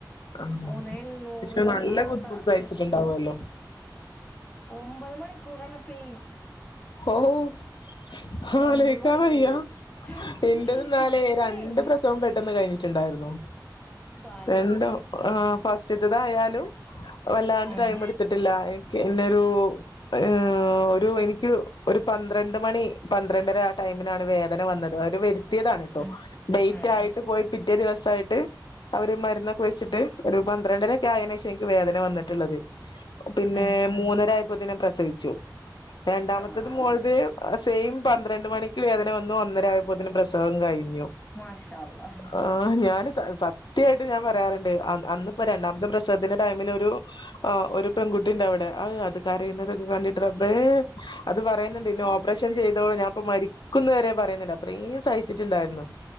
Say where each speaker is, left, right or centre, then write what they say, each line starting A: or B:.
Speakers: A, on the left; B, on the left.
A: ആഹ്
B: മൂന്ന് എണ്ണൂറ്
A: പക്ഷെ നല്ല
B: ആ
A: ബുദ്ധിമുട്ട്
B: അത്ര
A: സഹിച്ചിട്ടുണ്ടാവുമല്ലോ
B: <unintelligible> ഒമ്പത് മണി കുറ <unintelligible> പെയിൻ
A: ഓഹ് ആലോക്കാ
B: ഒമ്പത് മണിക്കൂറ്
A: വയ്യ
B: ചത്ത്
A: എന്റെ
B: ജീവിച്ച്
A: എന്നാലേ
B: അന്നെ
A: രണ്ട്
B: എന്റെ
A: പ്രസവം പെട്ടെന്ന് കഴിഞ്ഞിട്ടുണ്ടായിരുന്നു
B: ഭാഗ്യം
A: രണ്ടോ ആഹ് <unintelligible> തായാലും വല്ലാണ്ട്
B: ഉം
A: ടൈം എടുത്തിട്ടില്ല എന്നരു <unintelligible> ഒരു എനിക്ക് ഒരു പന്ത്രണ്ട് മണി പന്ത്രണ്ടര ടൈമിനാണ് വേദന വന്ന ഒരു <unintelligible> ത്തിയതാണ് കേട്ടോ
B: ഉം
A: ഡേറ്റ്
B: ഉം ഉം
A: ആയിട്ട് പോയി പിറ്റേ ദിവസായിട്ട് അവര് മരുന്നൊ വെച്ചിട്ട് ഒരു പന്ത്രണ്ടരക്കെ ആയേന് <unintelligible> എനിക്ക് വേദന വന്നിട്ടുള്ളത് പിന്നെ
B: ഉം
A: മൂന്നരായപ്പോത്തനെ പ്രസവിച്ചു രണ്ടാമ
B: ആ
A: മോള
B: ഊഫ്
A: <unintelligible> പന്ത്രണ്ട് മണി വേദന വന്നു ഒന്നരായപ്പോത്തേന് പ്രസവം കഴിഞ്ഞു
B: മാഷാ അല്ലാഹ്
A: ആഹ് ഞാൻ സത്യായിട്ട് ഞാൻ പറയാറുണ്ട് അന്നിപ്പോ രണ്ടാമത്തെ പ്രസവത്തിന്റെ ടൈമിൽ ഒരു ആ ഒരു പെൺകുട്ടി ഉണ്ട് അവിടെ അത് കരയുന്നതൊക്കെ കണ്ടിട്ട് റബ്ബേ അത് പറയുന്നുണ്ട് ഇന്നെ ഓപ്പറേഷൻ ചെയതോ ഞാൻ പ്പൊ മരിക്കുന്നു വരെ പറയുന്നുണ്ട് അത്രയും സഹിച്ചിട്ടുണ്ടായിരുന്നു